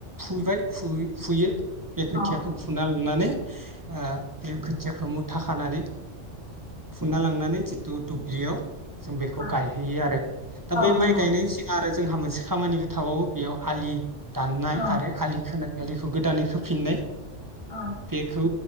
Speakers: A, on the right (about 15°); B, on the left (about 30°).
A: फुबाय फु-फुयो बे खोथियाखौ
B: औ
A: फुना नानै ओ बे खोथियाखो मुथा खानानै फुना ला थांनानै जिथु दुब्लियाव जों बेखौ
B: औ
A: गायहैयो आरो दा
B: औ
A: बै
B: नंगौ
A: माइ गायनायनि सिगां आरो जोंहा मोनसे खामानिबो थाबावो बेयाव आलि दाननाय
B: औ
A: आरो आलि खोनाय। आलिखौ गोदानै खोफिननाय।
B: औ
A: बेखौ